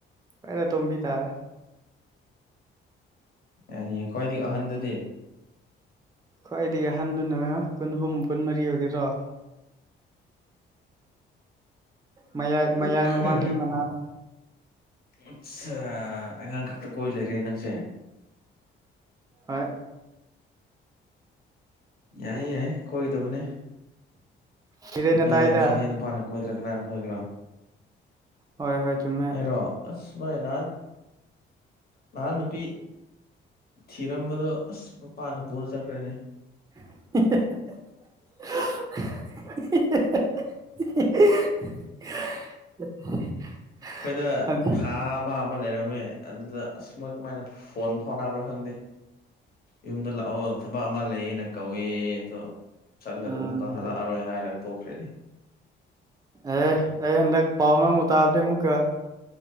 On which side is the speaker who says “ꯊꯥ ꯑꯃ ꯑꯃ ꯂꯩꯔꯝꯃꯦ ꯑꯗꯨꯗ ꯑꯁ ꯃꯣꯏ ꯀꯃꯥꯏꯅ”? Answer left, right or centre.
Left